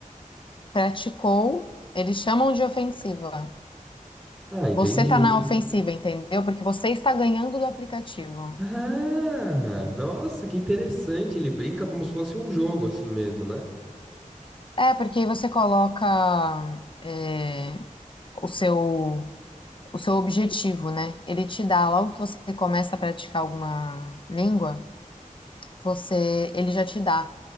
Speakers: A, on the left; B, in the centre.
A: praticou, eles chamam de ofensiva.
B: Ah, entendi.
A: Você tá na ofensiva, entendeu? Porque você está ganhando do aplicativo.
B: Ah, nossa, que interessante. Ele brinca como se fosse um jogo assim mesmo, né?
A: É, porque aí você coloca é, o seu o seu objetivo, né? Ele te dá, logo que você começa a praticar alguma língua, você, ele já te dá